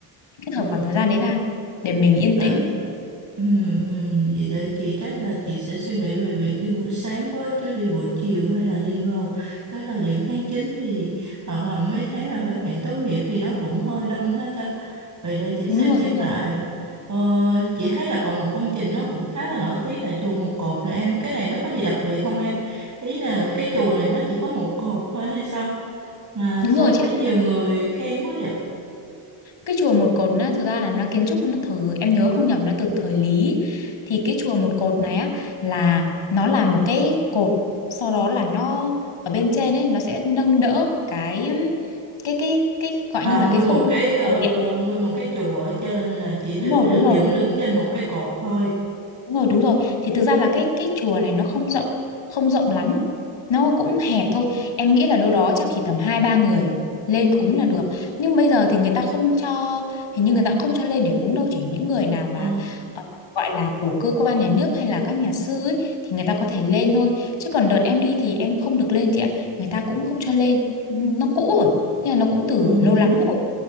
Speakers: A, on the left; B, on the right.
A: kết
B: ồ
A: hợp khoảng thời gian đấy ra để mình yên
B: Ờ,
A: tĩnh
B: ừ, ừ, vậy để chị chắc là chị sẽ suy nghĩ về việc đi buổi sáng quá chứ đi buổi chiều hay là đi vào cái thời điểm tháng chín thì hoặc là mấy tháng là mấy bạn tốt nghiệp thì nó cũng hơi đông hết ta. Vậy đây chị
A: đúng
B: xem
A: rồi
B: xét
A: đúng
B: lại.
A: rồi
B: Ờ, chị thấy là còn một công trình nó cũng khá là nổi tiếng là chùa Một Cột này em. Cái này nó có gì đặc biệt không em? Ý là cái chùa này nó chỉ có một cột thôi hay sao? Mà
A: đúng rồi
B: sao
A: chị
B: thấy
A: ạ
B: nhiều người khen quá vậy?
A: cái chùa một cột á thực ra là nó kiến trúc nó từ em nhớ không nhầm nó từ thời Lý thì cái chùa một cột này á là nó là một cái cột sau đó là nó ở bên trên ấy nó sẽ nâng đỡ cái um, cái cái cái gọi
B: À,
A: như là
B: nguyên
A: cái không
B: một cái ờ,
A: ở điện
B: nguyên một cái chùa ở trên là chỉ được
A: đúng rồi
B: được
A: đúng rồi
B: dựng đứng trên một cái cột thôi.
A: Đúng rồi, đúng rồi. Thì thực ra là cái cái chùa này nó không rộng, không rộng lắm. Nó cũng hẹp thôi. Em nghĩ là đâu đó chắc chỉ tầm 2 3 người lên cúng là được. Nhưng bây giờ thì người ta không cho hình như người ta cũng không cho lên để cúng đâu, chỉ những người nào mà
B: Ờ,
A: ờ, gọi là của cơ quan nhà nước hay là các nhà sư ấy thì người ta có thể lên thôi. Chứ còn đợt em đi thì em không được lên chị ạ. Người ta cũng không cho lên. Nó cũ rồi. Thế là nó cũng từ
B: ừ.
A: lâu lắm rồi.